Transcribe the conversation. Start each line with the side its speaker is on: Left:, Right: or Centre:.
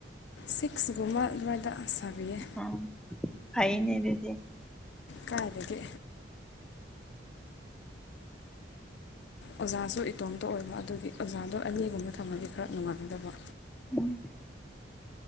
Left: ꯁꯤꯛꯁ ꯒꯨꯝꯕ ꯑꯗꯨꯥꯏꯅ ꯁꯕꯤꯌꯦ
Centre: ꯎꯝ ꯐꯥꯏꯅꯦ ꯑꯗꯨꯗꯤ
Left: ꯀꯥꯏꯗꯒꯤ ꯑꯣꯖꯥꯁꯨ ꯏꯇꯣꯝꯇ ꯑꯣꯏꯕ ꯑꯗꯨꯒꯤ ꯑꯣꯖꯥꯗꯣ ꯑꯅꯤꯒꯨꯝꯕ ꯊꯝꯃꯗꯤ ꯈꯔ ꯅꯨꯡꯉꯥꯏꯗꯕ
Centre: ꯎꯝ